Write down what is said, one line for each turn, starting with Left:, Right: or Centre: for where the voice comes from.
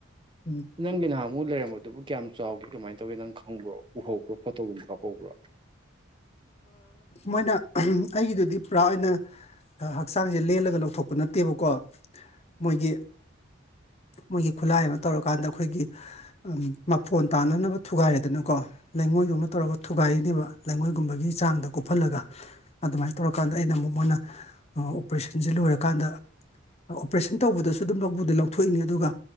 Left: ꯎꯝ
Right: ꯅꯪꯒꯤ ꯅꯍꯥꯟꯃꯨꯛ ꯂꯩꯔꯝꯕꯗꯨꯕꯨ ꯀꯌꯥꯝ ꯆꯥꯎꯗ꯭ꯔꯦ ꯀꯃꯥꯏꯅ ꯇꯧꯋꯦ ꯅꯪ ꯈꯪꯕ꯭ꯔꯣ ꯎꯍꯧꯕ꯭ꯔꯣ ꯐꯣꯇꯣꯨꯝꯕ ꯀꯥꯞꯍꯧꯕ꯭ꯔꯣ
Left: ꯃꯣꯏꯅ ꯑꯩꯒꯤꯗꯨꯗꯤ ꯄꯨꯔꯥ ꯑꯣꯏꯅ ꯍꯛꯆꯥꯡꯁꯦ ꯂꯦꯜꯂꯒ ꯂꯧꯊꯣꯛꯄ ꯅꯠꯇꯦꯕꯀꯣ ꯃꯣꯏꯒꯤ ꯃꯣꯏꯒꯤ ꯈꯨꯠꯂꯥꯏ ꯑꯃ ꯇꯧꯔꯀꯥꯟꯗ ꯑꯩꯈꯣꯏꯒꯤ ꯃꯐꯣꯟ ꯇꯥꯅꯅꯕ ꯊꯨꯒꯥꯏꯔꯦꯗꯅꯀꯣ ꯂꯩꯉꯣꯏꯗꯧꯅ ꯇꯧꯔꯒ ꯊꯨꯒꯥꯏꯔꯤꯅꯦꯕ ꯂꯩꯉꯣꯏꯒꯨꯝꯕꯒꯤ ꯆꯥꯡꯗ ꯀꯨꯞꯍꯜꯂꯒ ꯑꯗꯨꯃꯥꯏꯅ ꯇꯧꯔꯀꯥꯟꯗ ꯑꯩꯅ ꯑꯃꯨꯛ ꯃꯣꯏꯅ ꯑꯣꯄꯔꯦꯁꯟꯁꯤꯦ ꯂꯣꯏꯔꯀꯥꯟꯗ ꯑꯣꯄꯔꯦꯁꯟ ꯇꯧꯕꯗꯁꯨ ꯑꯗꯨꯝ ꯂꯗꯤ ꯂꯧꯊꯣꯛꯏꯅꯤ ꯑꯗꯨꯒ